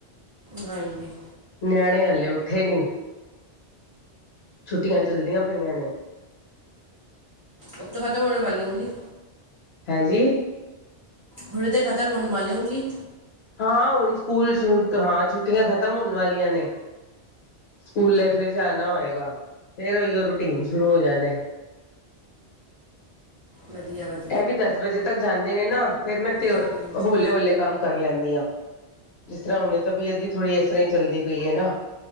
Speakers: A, on the right; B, on the left.
A: ਹਾਂਜੀ।
B: ਨਿਆਣੇ ਹਲੇ ਉੱਠੇ ਨਹੀਂ। ਛੁੱਟੀਆਂ ਚੱਲਦੀਆਂ ਪਈਆਂ ਨੇ।
A: ਅਭ ਤਾਂ ਖ਼ਤਮ ਹੋਣੇ ਵਾਲੀ ਹੋਂਗੀ।
B: ਹੈਂਜੀ।
A: ਹੁਣ ਤੇ ਖਤਮ ਹੋਣ ਵਾਲੀ ਹੋਂਗੀ।
B: ਹਾਂ ਹੁਣ ਸਕੂਲ ਹਾਂ ਛੁੱਟੀਆਂ ਖਤਮ ਹੋਣ ਵਾਲੀਆਂ ਨੇ। ਸਕੂਲੇ ਫਿਰ ਜਾਣਾ ਹੋਏਗਾ ਫੇਰ ਉਹੀ ਉਹ ਰੂਟੀਨ ਸ਼ੁਰੂ ਹੋ ਜਾਣਾ ਏ।
A: ਵਧੀਆ ਵਧੀਆ।
B: ਇਹ ਵੀ ਦਸ ਵਜੇ ਤੱਕ ਜਾਂਦੇ ਨੇ ਨਾ ਫੇਰ ਮੈਂ ਤੇ
A: ਹਾਂਜੀ
B: ਹੌਲੇ ਹੌਲੇ ਕੰਮ ਕਰ ਲੈਂਦੀ ਹਾਂ। ਜਿਸ ਤਰ੍ਹਾਂ ਹੁਣੇ ਤਬੀਅਤ ਵੀ ਥੋੜ੍ਹੀ ਇਸ ਤਰ੍ਹਾਂ ਹੀ ਚੱਲਦੀ ਪਈ ਹੈ ਨਾ